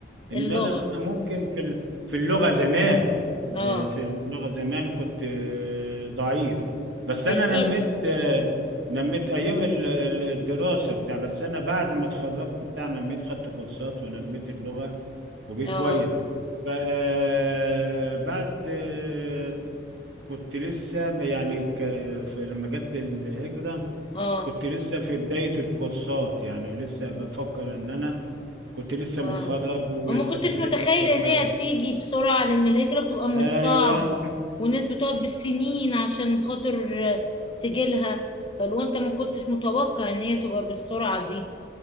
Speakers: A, on the right (about 80°); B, on the left (about 25°).
A: ان
B: اللغة
A: انا ممكن في ال- في اللغه زمان ده
B: اه
A: في اللغه زمان كنت آه، ضعيف بس
B: في
A: انا
B: الإيه
A: نميت آه، نميت ايام ال- ال- الدراسه بتاع بس انا بعد ما اتخرجت بتاع نميت خدت كورسات ونميت اللغه وبقيت
B: اه
A: كويس ف- آه، بعد آه، كنت لسه يعني ك- آه، في لما جت لي الهجره
B: اه
A: كنت لسه في بداية الكورسات يعني لسه بفكر ان انا كنت لسه
B: فاهمة
A: متخرج ولسه
B: وما كنتش
A: في بداية
B: متخيلة
A: الكورسات
B: ان هي تيجي بسرعة لان الهجرة بتبقى مش
A: ايوه
B: صعب والناس بتقعد بالسنين عشان خاطر تجيلها فلو انت ما كنتش متوقع ان هي تبقى بالسرعة دي